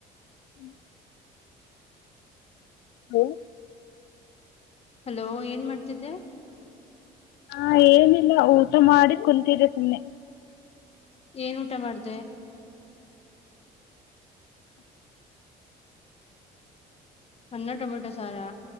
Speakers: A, on the left (about 80°); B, on the left (about 35°).
A: ಹ್ಮ್ ಹ್ಮ್
B: ಹಲೋ ಏನ್ ಮಾಡ್ತಿದ್ದೆ
A: ಹಾ ಏನಿಲ್ಲ ಊಟ ಮಾಡಿ ಕುಂತಿದ್ದೆ ಸುಮ್ನೆ
B: ಏನ್ ಊಟ ಮಾಡ್ದೆ ಟೊಮೆಟೊ ಮತೆ ಸಾರಾ